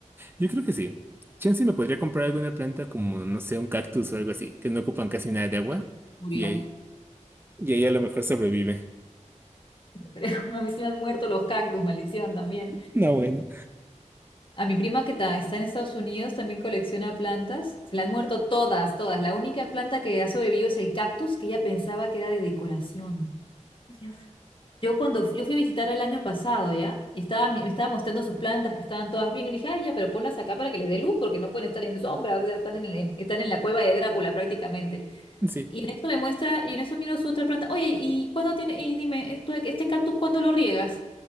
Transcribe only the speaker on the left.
Entonces, Murió,
creo. <laughs> A mí se me han muerto los cactus, maldición también.
A mi prima que ta- está en Estados Unidos también colecciona plantas. Se le han muerto todas, todas. La única planta que ha sobrevivido es el cactus que ella pensaba que era de decoración. Ay, Dios. Yo cuando fui, yo fui a visitarla el año pasado, ¿ya? Y estaba, mi- me estaba mostrando sus plantas que estaban todas bien. Y le dije, ay, ya, pero ponlas acá para que les dé luz porque no pueden estar en sombra. O sea, están en, en- están en la cueva de Drácula prácticamente.
Y en eso me muestra, y en eso miro su otra planta. Oye, ¿y cuándo tiene? Y dime, esto, ¿este cactus cuándo lo riegas?